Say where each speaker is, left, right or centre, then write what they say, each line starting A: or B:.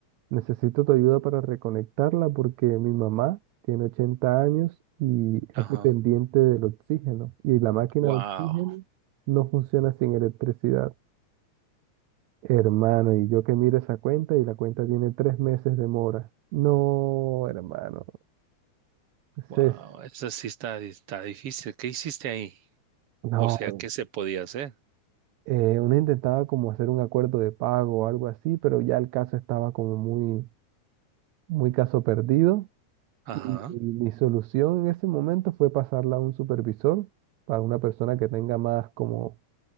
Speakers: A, on the right; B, on the right.
A: Necesito tu ayuda para reconectarla porque mi mamá tiene 80 años y
B: Ajá.
A: es dependiente del oxígeno. Y la máquina
B: Wow,
A: de oxígeno no funciona sin electricidad. Hermano, y yo que miro esa cuenta y la cuenta tiene tres meses de mora. No, hermano. ese
B: wow.
A: es-
B: Eso sí está, di- está difícil. ¿Qué hiciste ahí?
A: no.
B: O sea, ¿qué se podía hacer?
A: Eh, uno intentaba como hacer un acuerdo de pago o algo así, pero ya el caso estaba como muy, muy caso perdido.
B: Ajá.
A: Y mi solución en ese momento fue pasarla a un supervisor, para una persona que tenga más como